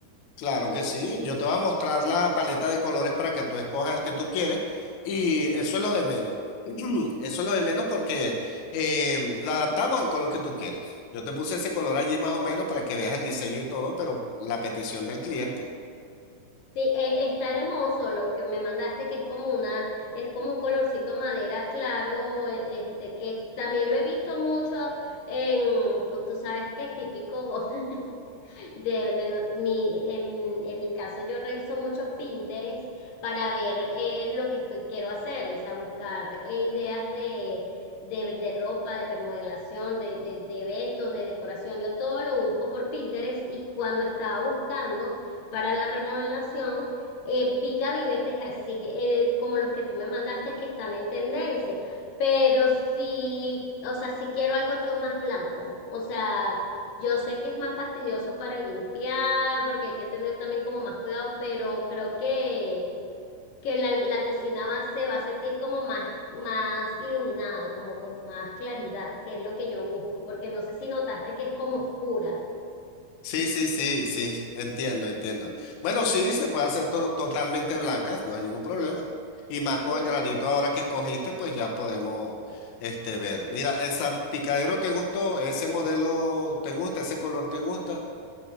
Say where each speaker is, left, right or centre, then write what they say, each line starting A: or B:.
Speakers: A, on the left (about 80°); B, on the left (about 65°).
A: Claro que sí, yo te voy a mostrar la paleta de colores para que tú escojas el que tú quieres y eso es lo de menos. <clears throat> Eso es lo de menos porque eh, la adaptamos al color que tú quieres. Yo te puse ese color allí más o menos para que veas el diseño y todo, pero la petición del cliente.
B: Sí, e- está hermoso lo que me mandaste, que es como una, es como un colorcito madera claro, e- este, que también lo he visto mucho en, tú tú sabes qué típico, <laughs> De, de no, mi, en, en mi caso, yo reviso mucho Pinterest para ver eh, lo que estoy, quiero hacer, o sea, buscar eh, ideas de, de, de ropa, de remodelación, de, de, de eventos, de decoración. Yo todo lo busco por Pinterest y cuando estaba buscando para la remodelación, eh, vi gabinetes así eh, como los que tú me mandaste que están en tendencia. Pero sí, o sea, si quiero algo yo más blanco. O sea, yo sé que es más fastidioso para limpiar, porque hay que tener también como más cuidado, pero creo que, que la, la cocina va, se va a sentir como más, más iluminada, como con más claridad, que es lo que yo busco, porque no sé si notaste que es como oscura,
A: Sí, sí, sí, sí, entiendo, entiendo. Bueno, sí, se puede hacer to- totalmente blancas, no hay ningún problema. Y más con
B: ¿sí?
A: el granito ahora que escogiste, pues ya podemos este, ver. Mira, el salpicadero te gustó, ese modelo te gusta, ese color te gusta,